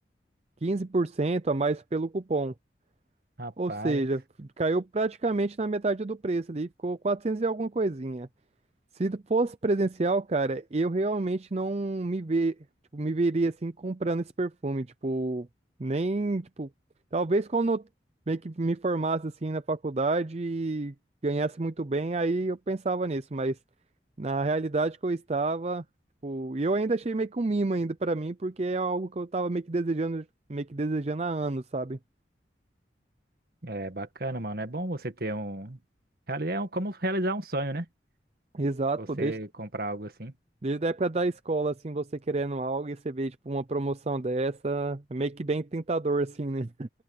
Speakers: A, on the right; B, on the right.
A: 15% a mais pelo cupom.
B: Rapaz.
A: Ou seja, caiu praticamente na metade do preço ali, ficou 400 e alguma coisinha. Se fosse presencial, cara, eu realmente não me ve... tipo, me veria assim comprando esse perfume, tipo, nem, tipo, talvez quando eu meio que me formasse assim na faculdade e ganhasse muito bem, aí eu pensava nisso, mas na realidade que eu estava, tipo, e eu ainda achei meio que um mimo ainda pra mim, porque é algo que eu tava meio que desejando, meio que desejando há anos, sabe?
B: É bacana, mano. É bom você ter um. reali- É um- como realizar um sonho, né?
A: Exato,
B: Você
A: pô, desde
B: comprar algo assim.
A: Desde a época da escola, assim, você querendo algo e você vê, tipo, uma promoção dessa, é meio que bem tentador, assim, né?